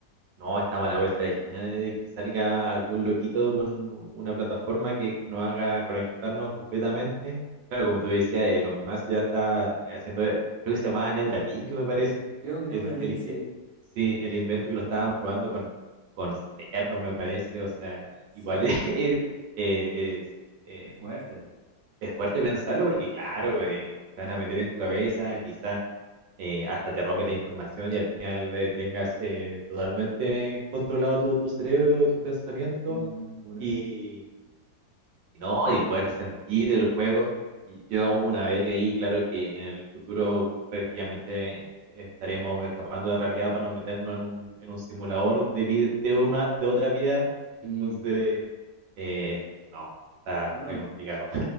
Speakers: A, on the right; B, on the right.
A: no, estamos a la vuelta de la esquina de, de que salga algún loquito con una plataforma que nos haga conectarnos completamente. Claro, como tú decías, Elon Musk ya está haciendo, eh, creo que se llamaba Neuralink, me parece.
B: Creo que Neuralink,
A: El, el-
B: sí,
A: eh, sí, el invento que lo estaban probando con, con cerdos, me parece. O sea,
B: sí,
A: igual <laughs> es, eh, es, eh,
B: es fuerte,
A: Es fuerte pensarlo porque, claro, eh, te van a meter en tu cabeza, quizás hasta te roben la información y al final eh, tengas eh, totalmente controlado tu, tu cerebro y tus pensamientos.
B: no, una locura.
A: Y, y no, y el poder sentir el juego. Y yo una vez leí, claro, que en el futuro prácticamente estaremos escapando de la realidad para no meternos en un, en un simulador de, vi- de, una, de otra vida.
B: Y
A: Entonces, eh, no, está,
B: bueno,
A: está complicado.